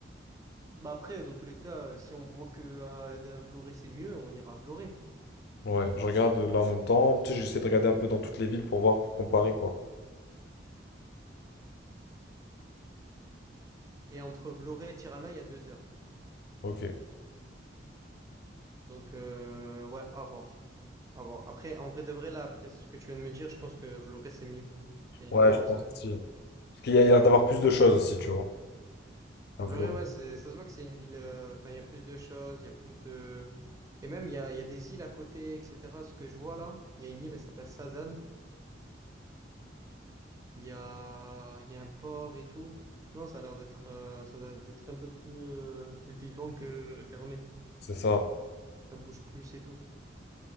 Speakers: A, on the right; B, on the left.
A: Bah après, dans tous les cas, si on voit que à, à Vloré c'est mieux, on ira à Vloré.
B: Ouais, je regarde là en même temps. Tu sais, j'essaie de regarder un peu dans toutes les villes pour voir, pour comparer, quoi.
A: Et entre Vloré et Tirana, il y a deux heures.
B: Ok.
A: Donc euh, ouais, à voir. À voir. Après, en vrai de vrai, là, après ce que tu viens de me dire, je pense que Vloré c'est mieux. C'est une
B: Ouais,
A: meilleure
B: je
A: option.
B: pense aussi. Parce qu'il y a l'air d'avoir plus de choses aussi, tu vois, à
A: Vloré,
B: Vlorë.
A: ouais, c'est, ça se voit que c'est une ville... euh, Enfin, il y a plus de choses, il y a plus de... Et même, il y a, il y a des îles à côté, etc. Ce que je vois là, il y a une île, elle s'appelle Sazan. Il y a, il y a un port et tout. Non, ça a l'air d'être euh, ça a l'air d'être un peu plus euh, vivant que Dermé.
B: C'est ça.
A: Ça bouge plus et tout.